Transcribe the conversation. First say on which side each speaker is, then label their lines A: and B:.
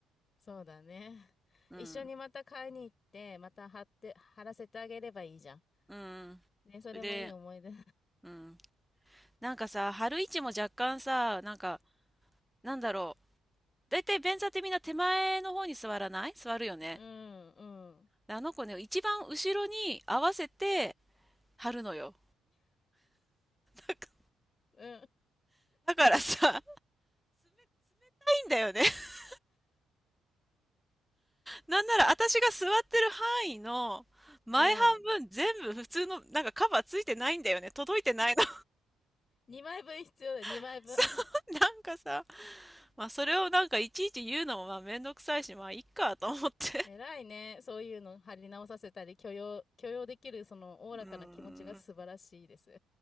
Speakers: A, on the left (about 35°); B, in the centre.
A: そうだね。
B: うん。
A: 一緒にまた買いに行って、また貼って、貼らせてあげればいいじゃん。
B: うん。
A: ね、それもいい思い出。
B: それで、うん。なんかさ、春市も若干さ、なんか、なんだろう。だいたい便座ってみんな手前の方に座らない座るよね。
A: うん、うん、
B: あの子ね、一番後ろに合わせて貼るのよ。<laughs> だか
A: うん、
B: らさ、冷、冷たいんだよね。<laughs> なんなら私が座ってる範囲の前半分全部普通の、
A: うん。
B: なんかカバーついてないんだよね。届いてないの。
A: 2枚分必要だ、2枚分。
B: <laughs> そ
A: <laughs>
B: うなんかさ、まあそれをなんかいちいち言うのもまあめんどくさいし、まあいっかと思って。
A: 偉いね。
B: <laughs>
A: そういうの貼り直させたり、許容、許容できる、その、おおらかな気持ちが素晴らしいです。
B: うーん。